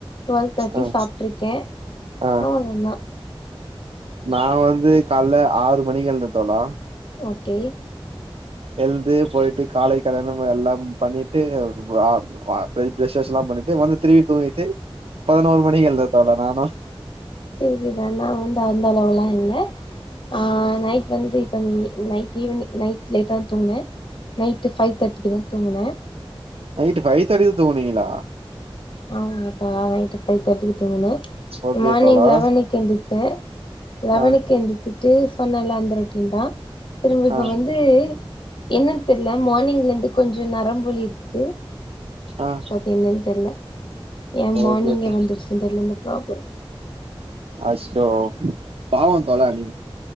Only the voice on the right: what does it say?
ஆ
ஆ
நா வந்து கால்ல ஆறு மணிக்கு எழ்ந்த தோழா
எழ்ந்து போயிட்டு காலை கடனும் எல்லா பண்ணிட்டு அ அ பேய் ப்ரெஷ்ஷஸ்லா பண்ணிட் டு வந்து திருவி தூங்கிட்டு பத்னோரு மணிக்கு எழ்ந்த தோழா நானு
நைட்டு ஃபைவ் தேர்டிகுதா தூங்னீங்ளா
ஓகே
தோழா
ஆ
ஆ
ஆ
ஓகே
ஓகே
அச்சோ பாவ தோழா நீ